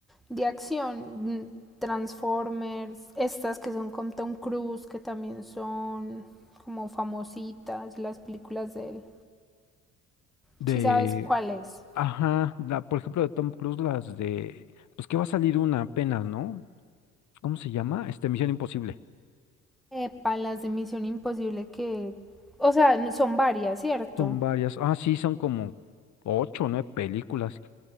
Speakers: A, in the centre; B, on the left.
A: de acción, mm, Transformers, estas que son con Tom Cruise, que también son como famositas, las películas de él.
B: de,
A: si sabes cuál es.
B: ajá, la, por ejemplo, de Tom Cruise, las de, pues que va a salir una apenas, ¿no? ¿Cómo se llama? Este, Misión Imposible.
A: Epa, las de Misión Imposible que, o sea, son varias, ¿cierto?
B: Son varias, ah, sí, son como ocho o nueve películas.